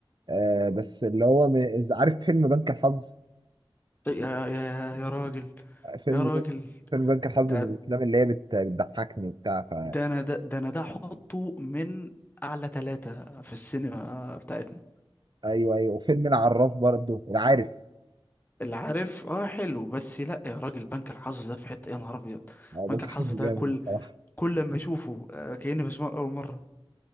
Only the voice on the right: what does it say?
آه، بس اللي هو م- إذا عارف فيلم بنك الحظ
فيلم
فيلم بنك الحظ
من الافلام اللي هي بت- بتضحكني وبتاع ف
ايوه ايوه وفيلم العراف برضو العارف
هو بنك
الحظ
جامد
الصراحه